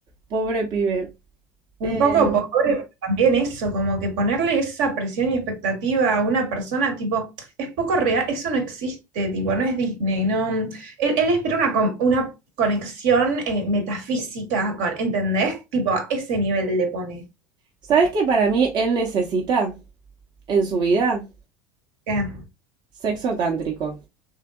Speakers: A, on the right; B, on the right.
A: Pobre pibe.
B: Un
A: Eh,
B: poco pobre, pero también eso, como que ponerle esa presión y expectativa a una persona, tipo, es poco real, eso no existe, tipo, no es Disney, no. Él, él espera una, con- una conexión eh, metafísica con, ¿entendés? Tipo, a ese nivel le pone.
A: ¿sabes que para mí él necesita en su vida?
B: Eh.
A: Sexo tántrico.